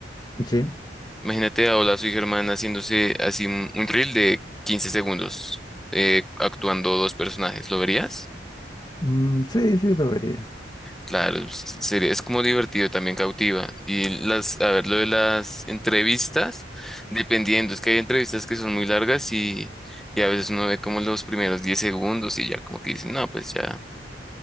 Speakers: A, on the left; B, in the centre.
A: Sí,
B: Imagínate a Hola, soy Germán haciéndose así un, un reel de 15 segundos, eh, actuando dos personajes, ¿lo verías?
A: Mm, sí, sí lo vería.
B: Claro, sería, es como divertido, también cautiva. Y las, a ver, lo de las entrevistas, dependiendo, es que hay entrevistas que son muy largas y, y a veces uno ve como los primeros 10 segundos y ya como que dicen, no, pues ya,